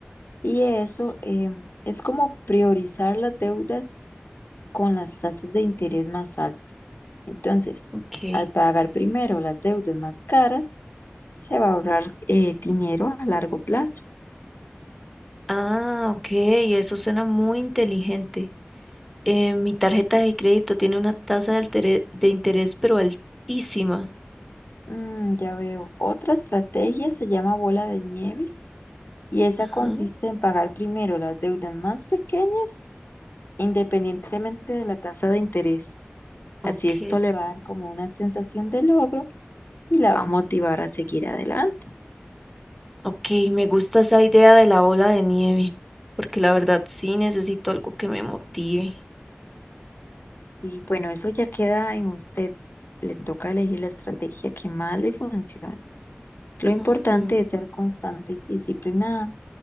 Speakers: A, on the left; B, in the centre.
A: y eso eh, es como priorizar las deudas con las tasas de interés más altas. Entonces,
B: ok.
A: al pagar primero las deudas más caras, se va a ahorrar eh, dinero a largo plazo.
B: Ah, ok, eso suena muy inteligente. Eh, mi tarjeta de crédito tiene una tasa de, altere- de interés, pero altísima.
A: Mm, ya veo. Otra estrategia se llama bola de nieve y esa
B: Ajá,
A: consiste en pagar primero las deudas más pequeñas independientemente de la tasa de interés.
B: ok.
A: Así esto le va a dar como una sensación de logro y la va a motivar a seguir adelante.
B: Ok, me gusta esa idea de la bola de nieve, porque la verdad sí necesito algo que me motive.
A: Sí, bueno, eso ya queda en usted. Le toca elegir la estrategia que más le funcione. Lo importante
B: Ujú,
A: es ser constante y disciplinada